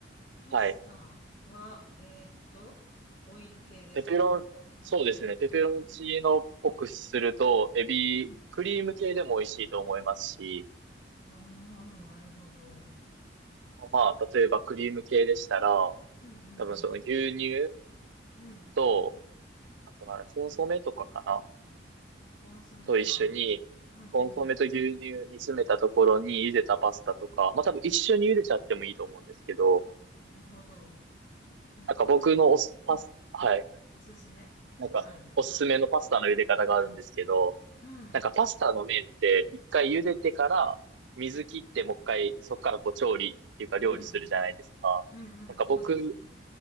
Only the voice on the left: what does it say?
パスタは、
えーっと、オイル系ですかあ、
ペペロンチーノ。
うん。
ああ、なるほど。
うんうん
うん。うん。
コンソメか。
うんうん。
なるほど。なかなか、
うん
おすすめがあるんですか
うん。
うん。うん。うん。
うん。そうですよね。